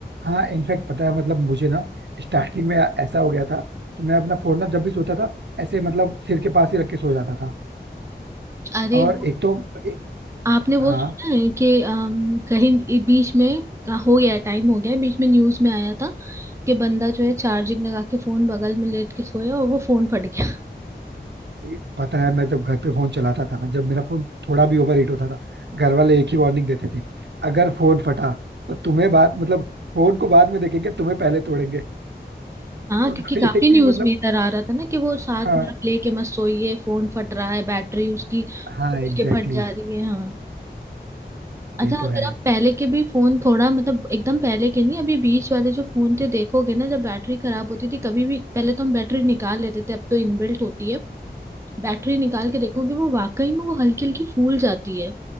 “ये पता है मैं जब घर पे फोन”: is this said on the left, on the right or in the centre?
Right